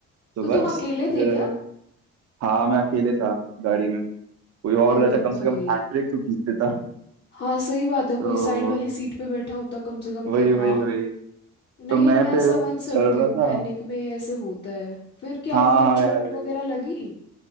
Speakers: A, on the right; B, on the left.
A: तो
B: तो
A: बस
B: तुम अकेले
A: फिर
B: थे क्या
A: हाँ मैं अकेले था गाड़ी में कोई और
B: अरे
A: रहता कम
B: भाई
A: से कम हैंड ब्रेक तो खींच देता
B: हाँ सही बात है
A: तो
B: कोई साइड वाली सीट पे बैठा होता कम से कम
A: वही
B: हाँ
A: वही वही
B: नहीं
A: तो मैं
B: मैं
A: फिर
B: समझ सकती
A: चल रहा
B: हूँ
A: था
B: पैनिक में ऐसे होता है फिर क्या
A: हाँ
B: मतलब
A: हाँ यार
B: चोट वगैरह
A: वही
B: लगी